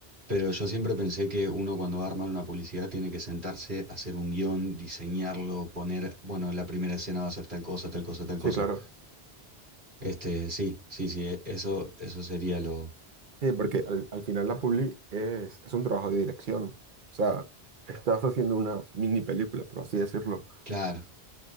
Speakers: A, on the right (about 75°); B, on the right (about 55°).
A: Pero yo siempre pensé que uno cuando va a armar una publicidad tiene que sentarse, hacer un guión, diseñarlo, poner, bueno, la primera escena va a ser tal cosa, tal cosa, tal
B: Sí,
A: cosa.
B: claro.
A: Este, sí, sí, sí, e- eso, eso sería lo...
B: Sí, porque al, al final la publi es, es un trabajo de dirección. O sea, estás haciendo una mini película, por así decirlo.
A: Claro,